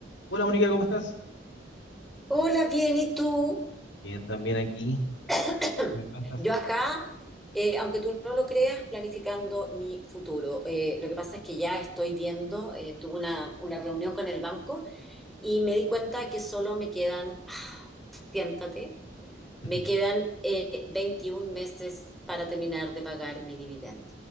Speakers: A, on the left; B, in the centre.
A: Hola, Mónica, ¿cómo estás?
B: Hola, bien, ¿y tú?
A: Bien, también aquí.
B: <clears throat>
A: ¿Qué me cuentas?
B: Yo acá, eh, aunque tú no lo creas, planificando mi futuro. Eh, lo que pasa es que ya estoy viendo, eh, tuve una, una reunión con el banco y me di cuenta que solo me quedan, <sighs> siéntate,
A: <laughs>
B: me quedan eh, 21 meses para terminar de pagar mi dividendo.